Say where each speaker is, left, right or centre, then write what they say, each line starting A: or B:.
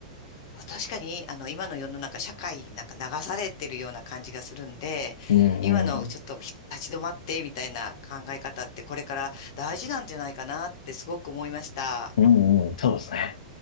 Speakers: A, on the left (about 40°); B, on the left (about 85°).
A: あ確かに、あの、今の世の中、社会になんか流されてるような感じがするんで、
B: うんうん。
A: 今のちょっとひ立ち止まってみたいな考え方って、これから大事なんじゃないかなってすごく思いました。
B: うんうん、そうですね。